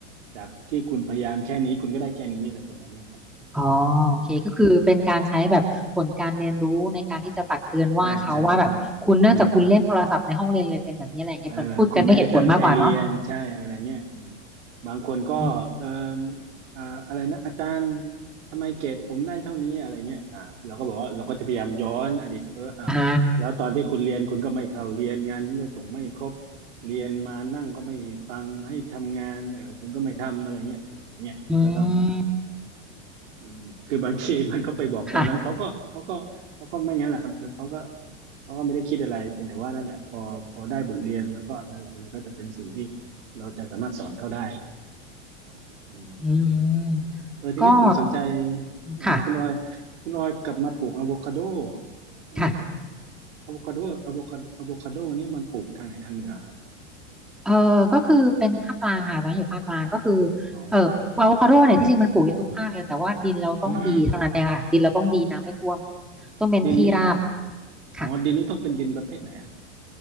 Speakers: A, on the right (about 75°); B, in the centre.
A: จากที่คุณพยายามแค่นี้คุณก็ได้แค่นี้อะไรประมาณเนี้ยครับ
B: อ๋อโอเคก็คือเป็นการใช้แบบผลการเรียนรู้ในการที่จะตักเตือนว่าเขาว่าแบบคุณเนื่องจากคุณเล่นโทรศัพท์ในห้องเรียนเลยเป็นแบบนี้อะไรอย่างเงี้ยเป็นพูดกันด้วยเหตุผลมากกว่าเนาะ
A: อืมใช่ใช่ใช่อืม เออคุณไม่ได้ตั้งใจเรียนใช่อะไรเงี้ยอืมบางคนก็เออ
B: อืม
A: อ่าอะไรนะอาจารย์ทำไมเกรดผมได้เท่านี้อะไรเงี้ยอ่าเราก็บอกว่าเราก็จะพยายามย้อนอดีตกลับไปว่าอ้าวแล้วตอนที่คุณเรียนคุณก็ไม่เข้าเรียนงานคุณก็ส่งไม่ครบ
B: อ่า
A: เรียนมานั่งก็ไม่ฟังให้ทำงานเออคุณก็ไม่ทำอะไรเงี้ยเออเนี่ยมันก็ต้อง
B: <laughs> อืม
A: อืมคือบางทีมันก็ไปบอกตอนนั้นเขาก็เขาก็เขาก็ไม่งั้นแหละครับ
B: <laughs> ค่ะ
A: เขาก็เขาก็ไม่ได้คิดอะไรเพียงแต่ว่านั่นแหละพอพอได้บทเรียนแล้วก็นั่นแหละมันก็จะเป็นสิ่งที่เราจะสามารถสอนเขาได้อืม
B: อืมก็
A: เออทีนี้ผมสนใจเอ่อคุณออย
B: ค่ะ
A: คุณออยกลับมาปลูกอะโวคาโดใช่ไหม
B: ค่ะ
A: อะโวคาโดอะโวคาโดอะโวคาโดนี่มันปลูกทางไหนทางเหนือครับ
B: เออก็คือเป็นภาคกลางค่ะตอนนอยู่ภาคกลางก็คือ
A: อ๋อ
B: เอออะโวคาโดเนี่ยที่จริงมันปลูกได้ทุกภาคเลยแต่ว่าดินเราต้องดีเท่านั้นเองค่ะดินเราต้องดีน้ำไม่ท่วม
A: อืม
B: ต้องเป็นที่ราบ
A: ดินนี่อ๋อดินนี่ต้องเป็นดินประเภทไหนอะ
B: ค่ะ